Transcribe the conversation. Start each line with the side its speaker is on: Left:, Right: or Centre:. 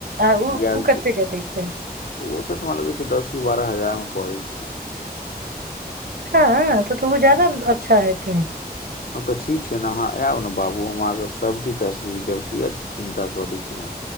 Right: आ ओ
Left: गैस
Right: ओ कतेके दै छै
Left: तऽ ओ सब तरा लगै छै दस की बारह हजार मे पड़ै छै
Right: हँ तऽ तऽ
Left: हँ
Right: ओ ज जाादा अच्छा हेतै
Left: हँ तऽ ठीक छै ने अहाँ आयब ने बाबू हम अहाँकेँ सभटी फैसिलिटी देब किएक चिन्ता करै छी अहाँ